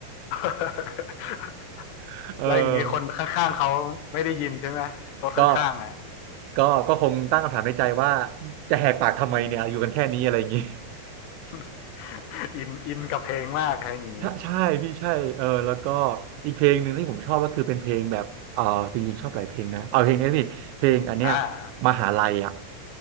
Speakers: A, on the left; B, on the right.
A: <laughs>
B: <laughs> เออ
A: แล้วอย่างนี้คนข้างๆเขาไม่ได้ยินใช่ไหมรถข้างๆอ่ะ
B: ก็ก็ก็คงตั้งคำถามในใจว่าจะแหกปากทำไมเนี่ยอยู่กันแค่นี้อะไรอย่างนี้
A: <laughs> อินอินกับเพลงมากอะไรอย่างนี้
B: <laughs> ใช่ใช่พี่ใช่เออแล้วก็อีกเพลงหนึ่งที่ผมชอบก็คือเป็นเพลงแบบเออจริงๆชอบหลายเพลงนะเอาเพลงนี้นะพี่เพลงอันเนี้ย
A: อ่า
B: มหาลัยอ่ะ